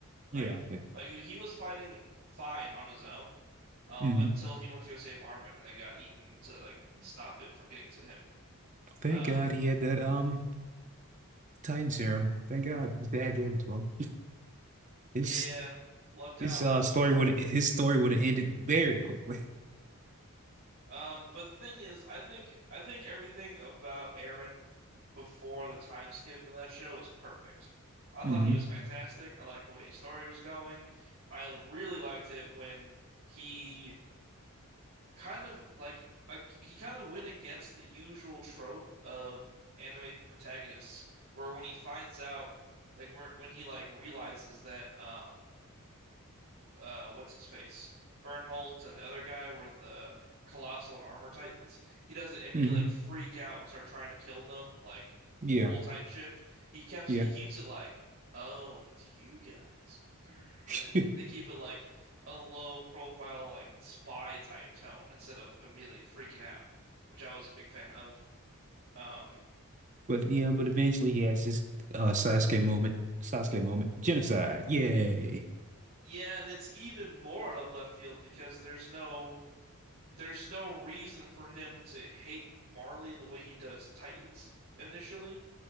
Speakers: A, on the right (about 60°); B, on the right (about 35°).
A: right?
B: Yeah, yeah.
A: Like he, he was fighting fine on his own um,
B: hmm
A: until he went to go save Armin and then got eaten to like stop it from getting to him.
B: Thank
A: Um,
B: God he had that um Titan serum. Thank God his dad gave it to him. His
A: yeah, lucked out
B: his
A: on
B: uh
A: that
B: story
A: one.
B: would his story would have ended very quickly.
A: Um, but the thing is, I think I think everything about Aaron before the time skip in that show is perfect. I thought
B: <laughs> hmm
A: he was fantastic. I liked the way his story was going. I really liked it when he kind of like a, he kind of went against the usual trope of anime protagonists, where when he finds out, like where, when he like realizes that um uh, what's his face? Bernholt and the other guy were the Colossal and Armor Titans. He doesn't immediately
B: hmm
A: like freak out and start trying to kill them like
B: Yeah,
A: full Titan shift. He keeps
B: yeah.
A: he keeps it like, oh, it's you guys. Mm.
B: <laughs>
A: And they keep it like a low profile like spy type tone instead of immediately freaking out, which I was a big fan of. Um,
B: But yeah, but eventually he has this uh Sasuke moment, Sasuke moment, genocide. Yay.
A: yeah, and it's even more out of left field because there's no there's no reason for him to hate Marley the way he does Titans initially,